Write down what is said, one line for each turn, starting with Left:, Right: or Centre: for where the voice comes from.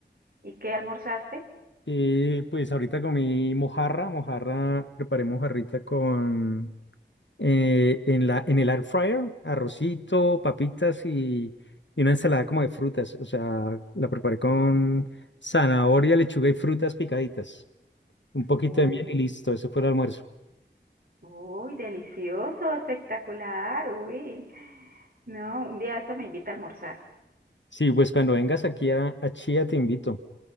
Right: ¿Y qué almorzaste?
Left: Y pues ahorita comí mojarra, mojarra, preparé mojarrita con eh, en la, en el air fryer, arrocito, papitas y, y una ensalada como de frutas. O sea, la preparé con zanahoria, lechuga y frutas picaditas. Un poquito
Right: Uy,
Left: de miel y listo, eso fue el almuerzo.
Right: uy, delicioso, espectacular, uy. No, un día esto me invita a almorzar.
Left: Sí, pues cuando vengas aquí a, a Chía te invito.